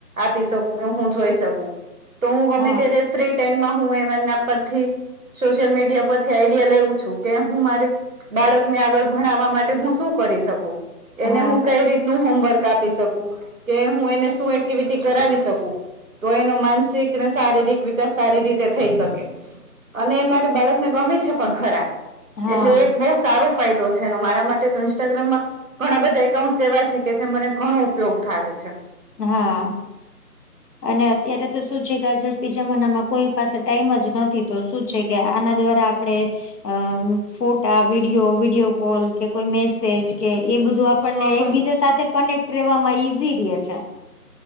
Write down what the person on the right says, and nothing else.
આપી શકું કે હું જોઈ શકું તો હું ગમે
ત્યારે ફ્રી સોલ મીડિયા પરથી આઈડિયા લેું છું કે હું મારે બાળક ને આગળ ભણાવવા માટે હું શું કરી શકું એને
હું
કઈ રીતનું હોમવર્ક આપી શકું કે હું એને શું એક્ટિવિટી કરાવી શકું તો એનો માનસિક અને શારીરિક વિકાસ સારી રીતે થઈ શકે અને એ મારે બાળકને ગમે છે પણ ખરા
એટલે એક બહુ સારો ફાયદો છે એનો મારા માટે તો ઇન્સ્ટાગ્રામમાં ઘણા બધા એકાઉન્ટ એવા છે કે જે મને ઘણો ઉપયોગ થાય છે
તો આપણ